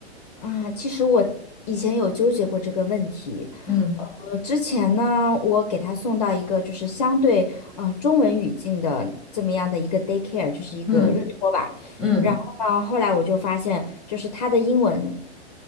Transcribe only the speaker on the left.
啊。其实我以前有纠结过这个问题。
呃，之前呢，我给她送到一个就是相对呃中文语境的这么样的一个 daycare，就是一个日托吧。
然后呢，后来我就发现，就是她的英文